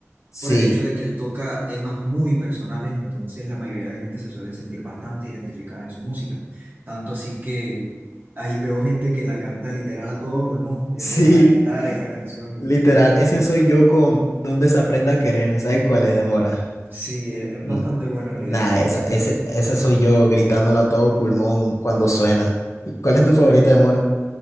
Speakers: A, on the left; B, on the right.
A: Sí,
B: por el hecho de que él toca temas muy personales, entonces la mayoría de gente se suele sentir bastante identificada en su música. Tanto así que ahí veo gente que la canta literal a todo pulmón,
A: <laughs>
B: que
A: sí,
B: empiezan a gritar esa canción
A: literal.
B: y
A: Ese soy yo con Donde se aprenda a querer. ¿Sabes cuál es de Mora?
B: sí, es es
A: N-
B: bastante buena en realidad
A: Nada,
B: esa canción.
A: esa, ese, ese soy yo gritándola a todo pulmón cuando suena. ¿Y ¿Cuál es tu favorita de Mora?